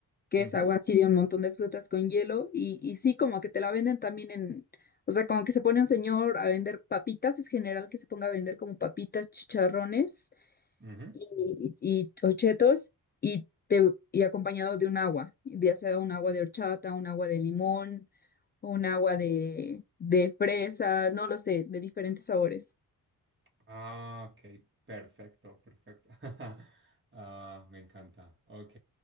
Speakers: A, on the left (about 25°); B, on the right (about 30°).
A: que
B: Ujú,
A: es agua así de un montón de frutas con hielo. Y, y sí, como que te la venden también en, o sea, como que se pone un señor a vender papitas, es general que se ponga a vender como papitas, chicharrones
B: ujú.
A: y, y ochetos y, te, y acompañado de un agua, ya sea un agua de horchata, un agua de limón, un agua de, de fresa, no lo sé, de diferentes sabores.
B: Ah, ok. Perfecto, perfecto. <laughs> Ah, me encanta. Ok.